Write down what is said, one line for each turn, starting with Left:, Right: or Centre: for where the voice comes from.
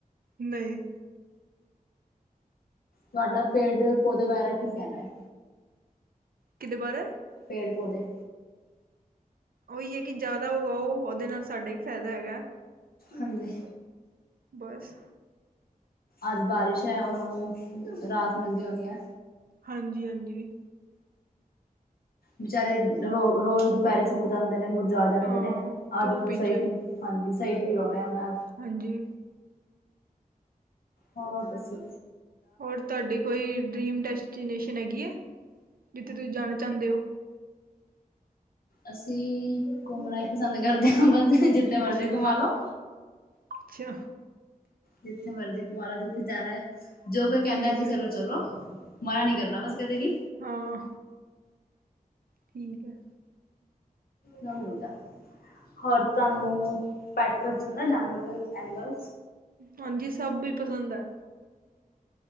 Right: ਨਹੀਂ।
Left: ਤੁਹਾਡਾ ਪੇੜ ਪੌਦੇ ਬਾਰੇ ਕੀ ਕਹਿਣਾ ਹੈ?
Right: ਕਿਹਦੇ ਬਾਰੇ।
Left: ਪੇੜ ਪੌਦੇ।
Right: ਉਹੀ ਹੈ ਕਿ ਜ਼ਿਆਦਾ ਹੋਗਾ ਉਹ ਉਹਦੇ ਨਾਲ ਸਾਡਾ ਹੀ ਫ਼ਾਇਦਾ ਹੈਗਾ।
Left: ਹਾਂਜੀ।
Right: ਬਸ।
Left: ਅੱਜ ਬਾਰਿਸ਼ ਐ ਤੇ ਉਹਨਾਂ ਨੂੰ ਰਾਹਤ ਮਿਲਦੀ ਹੋਣੀ ਐ।
Right: ਹਾਂਜੀ-ਹਾਂਜੀ।
Left: ਬਚਾਰੇ ਰੋ ਰੋਜ਼ ਦੁਪਹਿਰੇ ਸੁੱਕ ਜਾਂਦੇ ਨੇ ਮੁਰਝਾ ਜਾਂਦੇ
Right: ਹਾਂ
Left: ਨੇ ਅੱਜ
Right: ਧੁੱਪ
Left: ਉਹਨੂੰ ਸਈ,
Right: 'ਚ
Left: ਹਾਂਜੀ, ਸਹੀ ਫਿਲ ਹੋ ਰਿਹਾ ਹੋਣਾ।
Right: ਹਾਂਜੀ,
Left: ਹੋਰ ਦੱਸੋ।
Right: ਹੋਰ ਤੁਹਾਡੀ ਕੋਈ ਡਰੀਮ ਡੈਸਟੀਨੇਸ਼ਨ ਹੈਗੀ ਐ ਜਿੱਥੇ ਤੁਸੀਂ ਜਾਣਾ ਚਾਦੇ ਹੋ।
Left: ਅਸੀਂ ਘੁੰਮਣਾ ਹੀ ਪਸੰਦ ਕਰਦੇ ਹਾਂ ਬਸ ਜਿੱਥੇ
Right: ਅੱਛਾ
Left: ਮਰਜ਼ੀ ਘੁੰਮਾ ਲਓ।
Right: ਅੱਛਾ।
Left: ਜਿੱਥੇ ਮਰਜੀ ਕਮਾ ਲੋ ਜਿੱਥੇ ਜਾਣਾ ਹੈ, ਜੋ ਕੋਈ
Right: ਠੀਕ
Left: ਕਹਿੰਦਾ ਇੱਥੇ
Right: ਹੈ
Left: ਚਲੋ-ਚਲੋ। ਮਨਾ ਨੀ ਕਰਨਾ ਬਸ ਕਦੇ ਵੀ।
Right: ਹਾਂ ਠੀਕ ਹੈ
Left: ਨ ਮਰੂਦਾ। ਹੋਰ ਤੁਹਾਨੂੰ ਪੈਟ ਕੋਈ ਪਸੰਦ ਹੈ, ਜਾਨਵਰ ਕੋਈ ਐਨੀਮਲ।
Right: ਹਾਂਜੀ ਸਭ ਵੀ ਪਸੰਦ ਹੈ।